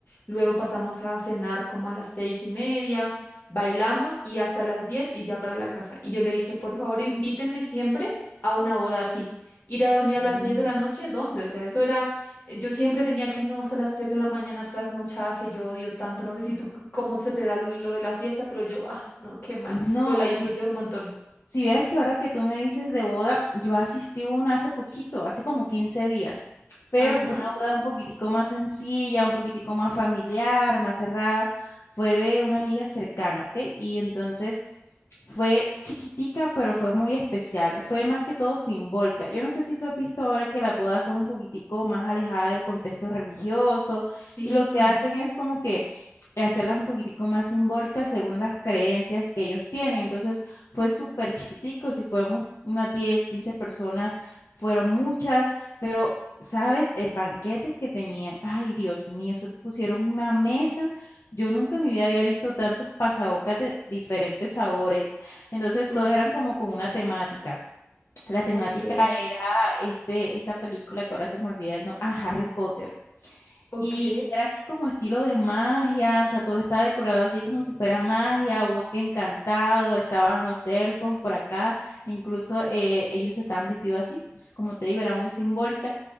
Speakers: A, on the left; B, on the left.
A: luego pasamos a cenar como a las seis y media, bailamos y hasta las diez y ya para la casa. Y yo le dije, por favor, invítenme siempre a una boda así ir a dormir
B: sí.
A: a las 10 de la noche, ¿dónde? O sea, eso era, eh, yo siempre tenía que no hasta las 3 de la mañana trasnochada que yo odio tanto, no sé si tú c- cómo se te da lo de la fiesta, pero yo, ah, no, qué mal,
B: No,
A: pero la disfruté
B: sí,
A: un montón.
B: Si vieras que ahora que tú me dices de boda, yo asistí a una hace poquito, hace como 15 días, pero
A: Ajá,
B: fue una boda un poquitico más sencilla, un poquitico más familiar, más cerrada. Fue de una amiga cercana, ¿ok? Y entonces fue chiquitica, pero fue muy especial. Fue más que todo simbólica. Yo no sé si tú has visto ahora que las bodas son un poquitico más alejadas del contexto religioso
A: sí,
B: y lo que hacen es como que hacerlas un poquitico más simbólicas según las creencias que ellos tienen. Entonces, fue súper chiquitico, si fuéramos unas 10 15 personas, fueron muchas, pero, ¿sabes? El banquete que tenían, ay, Dios mío, se te pusieron una mesa. Yo nunca en mi vida había visto tantos pasabocas de diferentes sabores. Entonces,
A: uf,
B: todos eran como con una temática. La temática
A: ok,
B: era este, esta película que ahora se me olvida el nombre, ah, Harry Potter.
A: ok,
B: Y era así como estilo de magia, o sea, todo estaba decorado así como si fuera magia, o bosque encantado, estaban los elfos por acá, incluso eh, ellos estaban vestidos así, pues, como te digo, era muy simbólica.